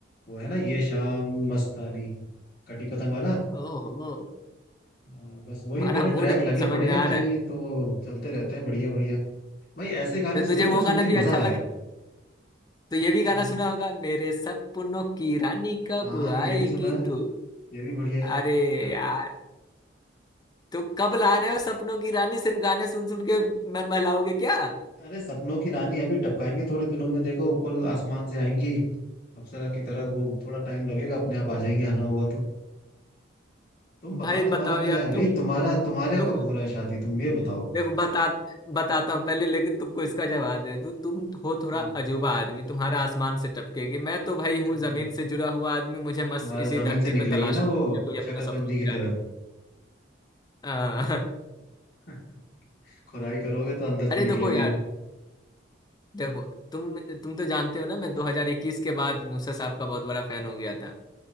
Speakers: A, on the left; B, on the left.
A: वो है ना ये शाम मस्तानी कटी पतंग वाला
B: ओहो
A: आ, बस वही
B: तुम्हारा
A: मेरे
B: मूड
A: ट्रैक लगे
B: समझ
A: पड़े
B: में
A: हैं
B: आ
A: भाई
B: रहा है
A: तो वो चलते रहते हैं बढ़िया बढ़िया भाई ऐसे गाने
B: तो
A: सुनो
B: तुझे
A: जो
B: वो
A: सुन
B: गाना
A: के
B: भी अच्छा
A: मजा
B: लग
A: आए
B: तो ये भी गाना
A: हम्म
B: सुना होगा मेरे सपनों की रानी कब
A: हाँ
B: आएगी
A: ये भी सुना है
B: तू
A: ये भी बढ़िया
B: अरे
A: है
B: यार तो कब ला रहे हो सपनों की रानी सिर्फ गाने सुन सुन के मन बहलाओगे क्या
A: अरे सपनों की रानी अभी टपकाएंगे थोड़े दिनों में देखो ऊपर आसमान से आएंगी अप्सरा की तरह वो थोड़ा टाइम लगेगा अपने आप आ जाएंगी आना होगा तो तुम बताओ
B: भाई
A: तुम्हारा
B: बताओ यार
A: क्या है भाई
B: तुम
A: तुम्हारा तुम्हारे यहाँ
B: तुम
A: कब हो रहा है शादी तुम ये बताओ
B: देखो बता बताता हूँ पहले लेकिन तुमको इसका जवाब दे दूँ तुम हो थोड़ा
A: हम्म
B: अजूबा आदमी तुम्हारा आसमान से टपकेगी मैं तो भाई हूँ
A: हाँ,
B: जमीन से जुड़ा हुआ आदमी मुझे मस्त
A: तुम्हारा
B: इसी
A: जमीन
B: धरती
A: से निकलेगी
B: पे तलाश
A: ना वो
B: है कोई अपना
A: शकरकंदी
B: सपनों की
A: की
B: रानी
A: तरह
B: आ, <laughs>
A: <laughs> खुदाई करोगे तो अंदर
B: अरे
A: से
B: देखो
A: निकलेगी
B: यार
A: वो
B: देखो तुम तुम तो जानते हो ना मैं 2021 के बाद नुसरत साहब का बहुत बड़ा फैन हो गया था